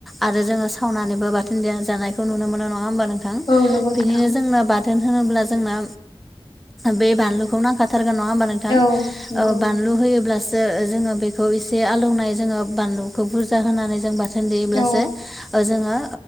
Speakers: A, in the centre; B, on the left.
A: आरो जोङो सावनानैबो बाथोन दना जानायखौ नुनो मोनो नङा होमबा नोंथां
B: औ नंगौ नोंथां
A: बिदिनो जोंनो थोन होनोब्ला जोंना बे बानलुखौ नां थारगोन नङा होमबा नोंथां
B: औ नंगौ
A: ओह बानलु होयोब्ला ज जोङो बेखौ एसे आलौनाय जोङो बानलुखौ बुरजा होनानै जों बाथोन देयोब्लासो
B: औ
A: जोङो